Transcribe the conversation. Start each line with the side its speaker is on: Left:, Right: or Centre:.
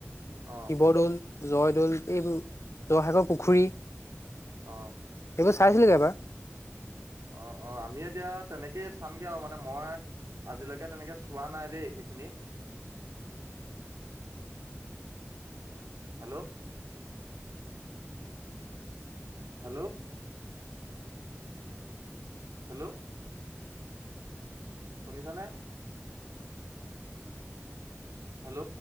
Right: অ
Left: শিৱদৌল। জয়দৌল, এইবোৰ জয়সাগৰ পুখুৰী।
Right: অ,
Left: এইবোৰ চাইছিলোগে এবাৰ।
Right: অ, অ, আমি এতিয়া তেনেকেই চামগে আৰু মানে মই আজিলৈকে তেনেকে চোৱা নাই দেই, সেইখিনি। হেল্ল, হেল্ল, হেল্ল, শুনিছানে? হেল্ল,